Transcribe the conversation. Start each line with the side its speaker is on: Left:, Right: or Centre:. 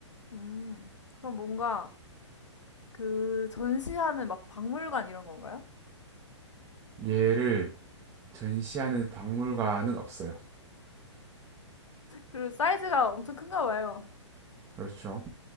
Left: 음, 그럼 뭔가 그 전시하는 막 박물관 이런 건가요?
Right: 얘를 전시하는 박물관은 없어요.
Left: 그리고 사이즈가 엄청 큰가 봐요.
Right: 그렇죠.